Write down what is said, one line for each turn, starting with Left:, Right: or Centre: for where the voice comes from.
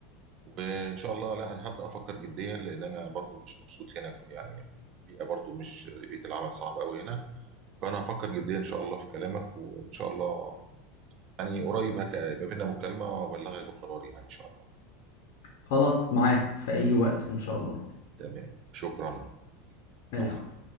Right: وان شاء الله لا انا هبدأ افكر جديا لان انا برضو مش مبسوط هنا يعني البيئة برضو مش بيئة العمل صعبة قوي هنا فانا هفكر جديا ان شاء الله في كلامك وان شاء الله يعني قريب هك- هيبقى بينا مكالمة وأبلغك بقراري يعني إن شاء الله
Left: خلاص معاك في اي وقت ان شاء الله
Right: تمام شكرا
Left: العفو
Right: مع السلامة